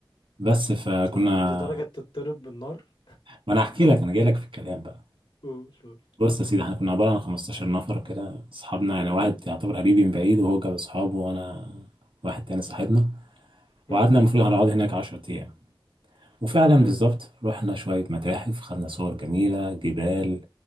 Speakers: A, on the right (about 80°); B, on the left (about 80°).
A: بس فكنا
B: بس لدرجة تضطرب بالنار
A: ما أنا هحكي لك أنا جاي لك في الكلام بقى
B: قول قول
A: بص يا سيدي احنا كنا عبارة عن 15 نفر كده اصحابنا يعني واحد يعتبر قريبي من بعيد وهو جاب اصحابه وانا واحد تاني صاحبنا
B: مم.
A: وقعدنا المفروض هنقعد هناك 10 ايام وفعلا
B: حلو
A: بالظبط رحنا شوية متاحف خدنا صور جميلة جبال